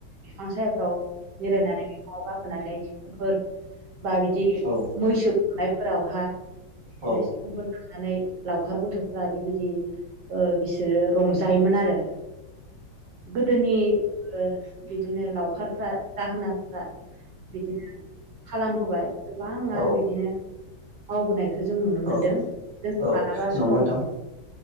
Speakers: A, on the right; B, on the right.
A: बिफां सायाफ्राव जिरायनानै बिफाङाव गाखोनानै सिफुंफोर बा बिदि
B: औ
A: मैसो गुमनायफोरावहा बिदिनो
B: औ
A: सिफुंफोरजों नुनानै लावखार गथ'फ्रा बेबायदि ओ बिसोरो रंजायोमोन आरो। गोदोनि ओ बिदिनो लावखारफ्रा दाहोनाफ्रा बिदिनो खालामबोबाय गोबाङा
B: औ
A: बिदिनो मावबोनायखो जों नुनो
B: औ
A: मोन्दों जों
B: औ
A: मालाबा
B: नंगौ
A: समाव
B: नोंथां